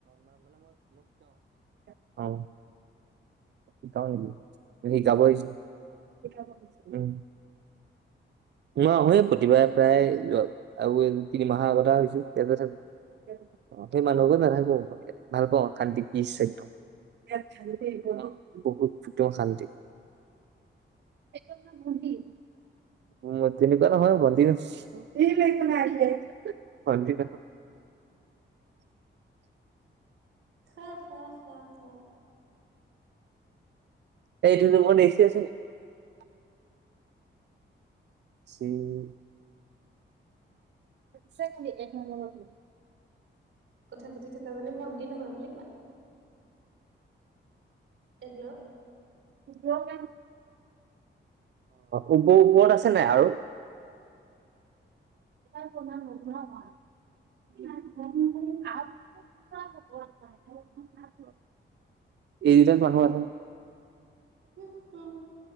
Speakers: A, on the right (about 60°); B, on the right (about 85°).
A: <unintelligible> অ শিকাও নেকি শিকাব আহিছোঁ। স <unintelligible> ম প্ৰতিবাৰে প্ৰায় আৰু এই তিনিমাহৰ আগতে হৈছো তেয়াতে থাকো। সেই মানুহকো নাথাকো ভাল পাওঁ শান্তি পিচ একদম। ইয়াত শান্তি বহুত <unintelligible> এক <unintelligible> <unintelligible> <inaudible>
B: চ চা, চা, চা।
A: ত এইটো ৰুমট এছি আছে নেকি। উম <unintelligible> চেখ <unintelligible>
B: কথা পাতি থকা জনে ভন্টি নহয় বুলি কোৱা। এলো
A: <unintelligible> অ ও ওপৰত আছে নাই আৰু। এাৰ কমা <unintelligible> <unintelligible> এই দুটাত <unintelligible>
B: হম, হম